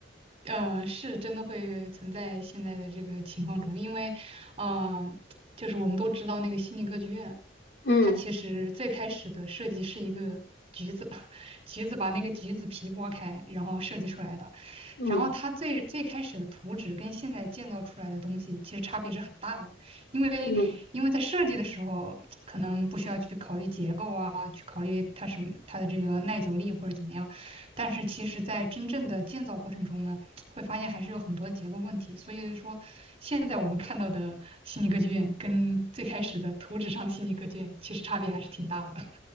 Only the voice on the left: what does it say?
嗯
嗯
嗯，